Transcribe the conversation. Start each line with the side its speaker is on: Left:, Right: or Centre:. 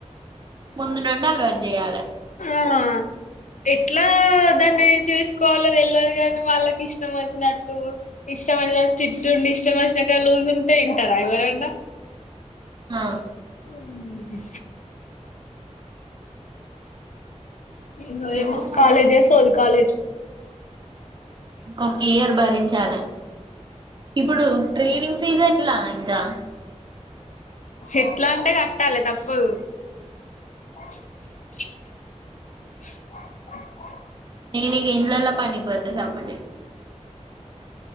Right: ముంద నుండి అలవాటు చేయాలే
Left: ఏమో ఎట్లా దాన్ని చూసుకోవాలో తెల్వదుకాని వాళ్ళకి ఇష్టం వచ్చినట్టు, ఇష్టమచ్చిన స్టిట్ ఉండి ఇష్టం వచ్చినాక లూజ్ ఉంటే ఇంటారా ఎవరన్నా,
Right: ఆ
Left: ఉహు ఎందొఎమో
Right: వీళ్ళు
Left: కాలేజే చేస్తది కాలేజ్
Right: ఇంక్కొక్క ఇయర్ భరించాలె ఇప్పుడు ట్రీన్ ఇనింగ్ ఫీజ్ ఎట్లా ఇంకా
Left: ఎట్లా అంటే కట్టాలి తప్పదు, <unintelligible>
Right: నేనిగా ఇండ్లల్లా పనికి పోత సప్పిడిజెక